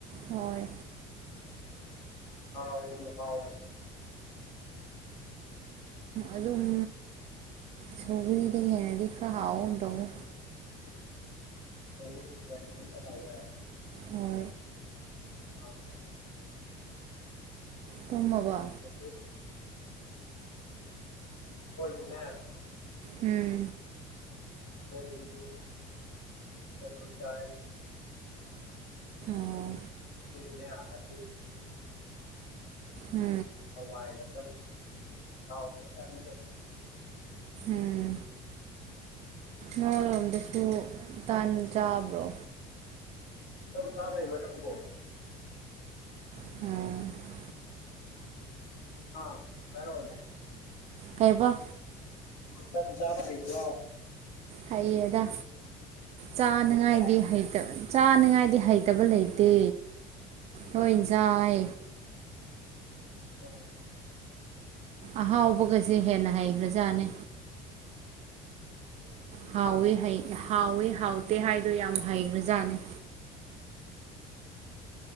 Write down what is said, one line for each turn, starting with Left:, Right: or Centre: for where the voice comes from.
Right: ꯍꯣꯏ
Left: ꯑꯥꯎ
Right: ꯑꯗꯨꯝ ꯁꯧꯒ꯭ꯔꯤꯗꯒꯤ ꯍꯦꯟꯅꯗꯤ ꯈꯔ ꯍꯥꯎꯒꯨꯝ ꯇꯧꯋꯦ
Left: ꯁ
Right: ꯍ
Left: ꯎ
Right: ꯊꯣꯃꯒ
Left: ꯃ ꯑꯣꯏꯣꯏꯗꯅꯦ
Right: ꯎꯝ
Left: ꯄꯔꯇꯨꯒꯜ ꯇꯗꯨ ꯆꯔ
Right: ꯑꯣ
Left: ꯑꯅꯦ ꯑ ꯇꯦ
Right: ꯎꯝ
Left: ꯑ ꯍꯥꯏꯁ ꯑꯣꯔꯦꯁꯥꯅ
Right: ꯎꯝ ꯅꯣꯏꯔꯣꯝꯗꯁꯨ ꯇꯥꯟ ꯆꯥꯕ꯭ꯔꯣ
Left: ꯀꯝ ꯆꯥꯝꯕꯪ ꯀꯣ
Right: ꯑꯝ
Left: ꯑꯥ ꯍꯥꯏꯔꯂꯦ
Right: ꯍꯥꯏꯩꯕ
Left: ꯀꯝ ꯆꯥꯕ ꯍꯥꯏꯩꯗ
Right: ꯍꯩ ꯑꯗ ꯆꯥꯅꯉꯥꯏꯗꯤ
Left: ꯍꯩꯌꯦ
Right: ꯍꯩꯇꯕꯅꯤ ꯆꯥꯅꯤꯉꯥꯏꯗꯤ ꯍꯩꯇꯕ ꯂꯩꯇꯦ ꯍꯣꯏꯅ ꯆꯥꯏ
Left: ꯑꯣ
Right: ꯑꯍꯥꯎꯕꯒꯁꯦ ꯍꯦꯟꯅ ꯍꯩꯈ꯭ꯔꯖꯥꯠꯅꯤ
Left: <inaudible>
Right: ꯍꯥꯎꯋꯤ ꯍꯥꯎꯋꯤ ꯍꯥꯎꯇꯦ ꯍꯥꯏꯗꯣ ꯌꯥꯝ ꯍꯩꯈ꯭ꯔꯖꯥꯠꯅꯤ